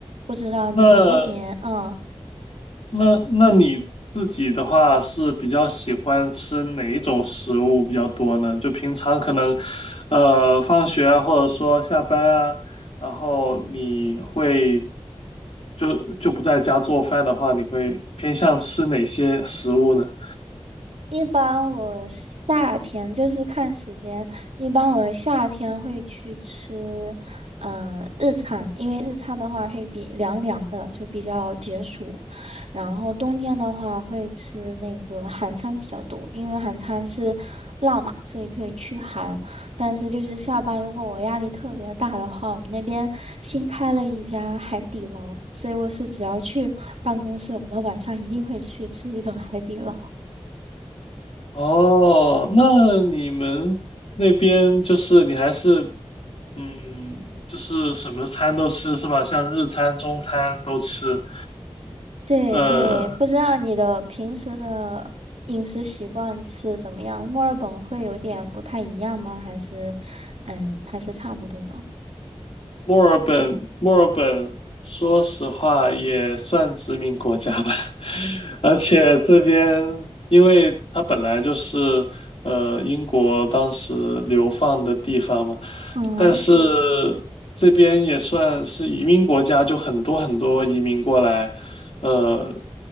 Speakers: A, on the right; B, on the left.
A: 不知道你们那边，
B: 那
A: 嗯。
B: 那那你自己的话是比较喜欢吃哪一种食物比较多呢？就平常可能，呃，放学啊，或者说下班啊，然后你会就就不在家做饭的话，你会偏向吃哪些食物呢？
A: 一般我夏天就是看时间，一般我夏天会去吃，嗯、日餐，因为日餐的话会比凉凉的，就比较解暑。然后冬天的话会吃那个韩餐比较多，因为韩餐是辣嘛，所以可以去寒。但是就是下班如果我压力特别大的话，我们那边新开了一家海底捞，所以我是只要去办公室，我的晚上一定会去吃一顿海底捞。
B: 哦，那你们那边就是你还是嗯，就是什么餐都吃是吧？像日餐、中餐都吃，
A: 对对，
B: 呃。
A: 不知道你的平时的饮食习惯是怎么样？墨尔本会有点不太一样吗？还是，嗯，还是差不多呢？
B: 墨尔本，墨尔本，说实话也算殖民国家吧，<laughs> 而且这边，因为它本来就是呃英国当时流放的地方嘛，
A: 嗯。
B: 但是这边也算是移民国家，就很多很多移民过来，呃，